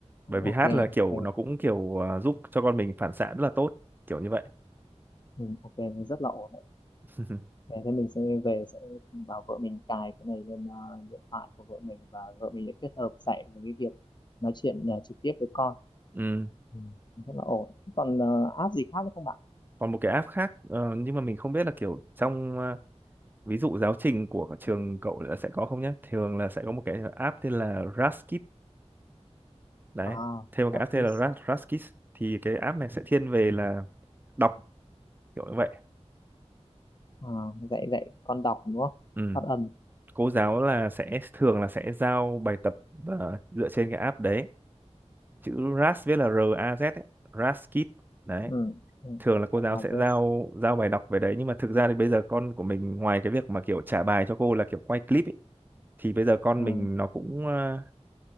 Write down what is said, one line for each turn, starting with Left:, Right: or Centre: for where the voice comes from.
Right: bởi vì
Left: ok
Right: hát là kiểu
Left: ok
Right: nó cũng kiểu à, giúp cho con mình phản xạ rất là tốt kiểu như vậy
Left: ừ, ok rất là ổn đấy
Right: <laughs>
Left: thế thế mình sẽ về sẽ bảo vợ mình cài cái này lên ờ, điện thoại của vợ mình và vợ mình sẽ kết hợp dạy với cái việc nói chuyện ờ, trực tiếp với con
Right: ừ.
Left: ừ, rất là ổn còn ờ, app gì khác nữa không bạn
Right: còn một cái app khác ờ, nhưng mà mình không biết là kiểu trong à, ví dụ giáo trình của trường cậu là sẽ có không nhé thường là sẽ có một cái app tên là Raskid đấy
Left: à
Right: thêm một cái
Left: practice
Right: app tên là Ras- Raskid thì cái app này sẽ thiên về là đọc kiểu như vậy
Left: à, dạy dạy con đọc đúng không
Right: ừ.
Left: phát âm
Right: cô giáo là sẽ thường là sẽ giao bài tập ờ, dựa trên cái app đấy chữ RAS viết là R A Z ấy. RAS Kit đấy
Left: ừ, ừ.
Right: thường là
Left: Rồi,
Right: cô giáo sẽ
Left: address
Right: giao giao bài đọc về đấy nhưng mà thực ra thì bây giờ con của mình ngoài cái việc mà kiểu trả bài cho cô là kiểu quay clip ấy, thì bây giờ con
Left: ừ.
Right: mình nó cũng ờ,